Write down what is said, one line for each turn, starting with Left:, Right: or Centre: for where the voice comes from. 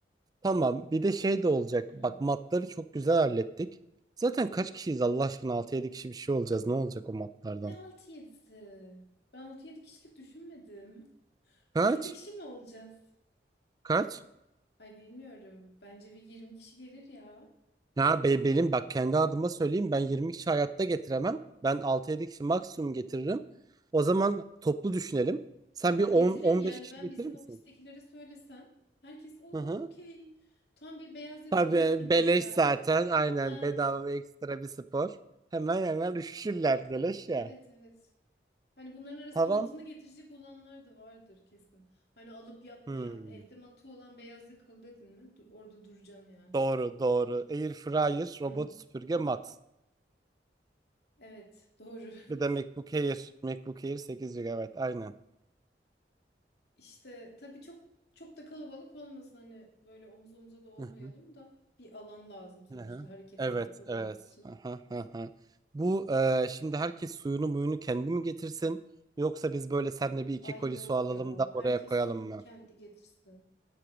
Right: Tamam. Bir de şey de olacak.
Left: <clears throat>
Right: Bak matları çok güzel hallettik. Zaten kaç kişiyiz Allah aşkına? altı yedi kişi bir şey olacağız. Ne olacak o matlardan?
Left: Ne altı yedisi? Ben altı yedi kişilik düşünmedim. <laughs> Altı
Right: Kaç?
Left: yedi kişi mi olacağız?
Right: Kaç?
Left: Ay bilmiyorum. Bence bir 20 kişi gelir ya.
Right: Ya be- benim bak kendi adıma söyleyeyim. Ben 20 kişi hayatta getiremem. Ben altı yedi kişi maksimum getiririm. O zaman toplu düşünelim. Sen
Left: Ay ben
Right: bir on
Left: getiririm
Right: on
Left: yani
Right: beş kişi
Left: ben
Right: getirir
Left: bizim
Right: misin?
Left: ofistekilere söylesem. Herkes o
Right: Hı hı.
Left: okey. Tam bir beyaz yakalı
Right: Tabii
Left: etkinliği
Right: beleş
Left: yani.
Right: zaten. Aynen
Left: Ha
Right: bedava ve ekstra bir spor. Hemen hemen üşüşürler beleş ya.
Left: evet evet. Hani bunların arasında
Right: Tamam.
Left: matını getirecek olanlar da vardır kesin. Hani alıp yatmayan,
Right: Hmm.
Left: evde matı olan beyaz yakalı dedin mi? Du- orada duracaksın yani.
Right: Doğru, doğru. Air fryer, robot
Left: <clears throat>
Right: süpürge, mat.
Left: Evet, doğru. <laughs>
Right: Bir de MacBook Air. MacBook Air 8 gigabayt. Evet, aynen.
Left: İşte tabii çok çok da kalabalık olmasın hani böyle omuz omuza da olmayalım
Right: Hı hı,
Left: da bir alan lazım sonuçta
Right: hı hı.
Left: hareketleri
Right: Evet,
Left: yapabilmek
Right: evet.
Left: için.
Right: Hı hı, hı hı. Bu e, şimdi herkes suyunu muyunu kendi mi getirsin? Yoksa biz böyle senle bir iki
Left: Ay
Right: koli
Left: yok
Right: su alalım
Left: ya.
Right: da oraya
Left: Herkes
Right: koyalım
Left: suyunu
Right: mı?
Left: kendi getirsin.